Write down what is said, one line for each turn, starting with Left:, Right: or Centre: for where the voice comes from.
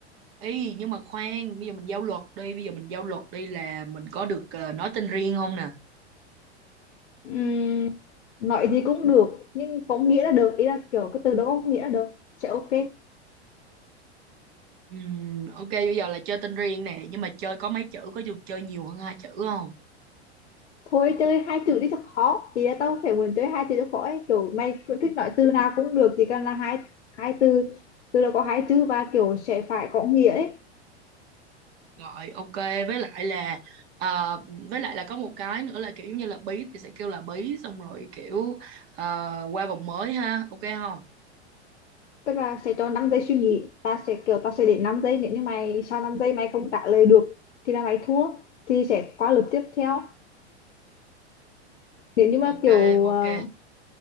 Right: Ý nhưng mà khoan Bây giờ mình giao luật đi Bây giờ mình giao luật đi là Mình có được ờ, nói tên riêng không nè
Left: Ừm, nói gì cũng được, nhưng có nghĩa là được. Ý là kiểu cái từ đó có nghĩa là được. Sẽ ok.
Right: Ừm, Ok bây giờ là chơi tên riêng nè Nhưng mà chơi có mấy chữ Có được chơi nhiều hơn hai chữ không
Left: Thôi chơi hai chữ đi cho khó. Thì là tao phải muốn chơi hai chữ cho khó ấy. Kiểu mày cứ thích nói từ nào cũng được, chỉ cần là hai hai từ. Từ đó có hai chữ và kiểu sẽ phải có nghĩa ấy.
Right: Rồi ok với lại là ờ, với lại là có một cái nữa là kiểu giống như là bí thì sẽ kêu là bí xong rồi kiểu ờ, qua vòng mới ha ok không
Left: tức là sẽ cho 5 giây suy nghĩ ta sẽ kiểu ta sẽ để 5 giây nếu như mày sau 5 giây mày không trả lời được thì là mày thua thì sẽ qua lượt tiếp theo nếu như mà
Right: ok
Left: kiểu ờ,
Right: ok